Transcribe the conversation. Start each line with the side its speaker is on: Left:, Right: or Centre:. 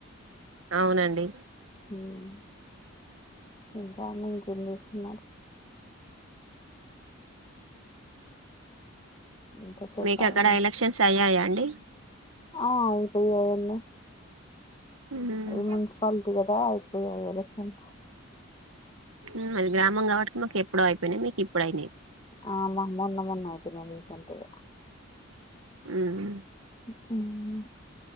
Right: అవునండి
Left: ఉహ్ ఇంకామే ఇంకేం చేస్తుంది మేడం ఇంకా చెప్పాలండి
Right: మీకక్కడ ఎలక్షన్స్ అయ్యాయా అండి?
Left: ఆ ఆయిపోయయ్యాన్నీ
Right: మ్మ్
Left: ఈ మున్సిపాలిటీ కదా. అయిపోయాయి ఎలక్షన్స్
Right: ఉమ్ మాది గ్రామం కాబట్టి మాక్ ఎప్పుడో అయిపోయినాయి. మీకు ఇప్పుడయినాయ్.
Left: ఆ మొ మొన్న మొన్న అయిపోయినాయ్. రీసెంట్గా
Right: ఉమ్ హు
Left: ఈర్ప్ అన్నీ